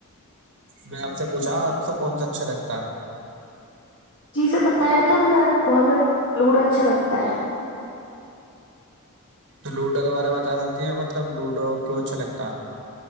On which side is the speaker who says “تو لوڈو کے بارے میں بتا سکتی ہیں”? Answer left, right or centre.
Right